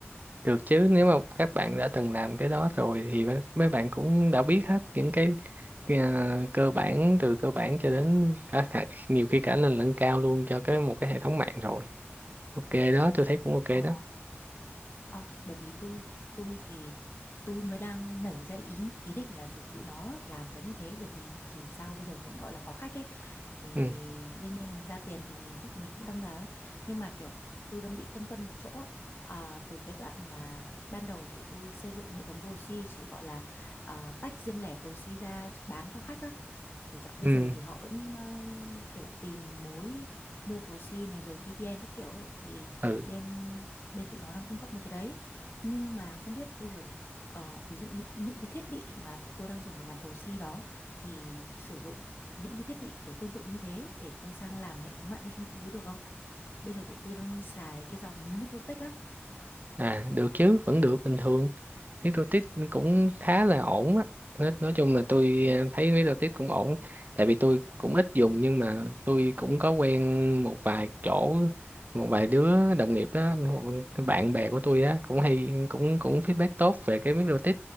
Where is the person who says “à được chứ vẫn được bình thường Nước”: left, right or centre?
Right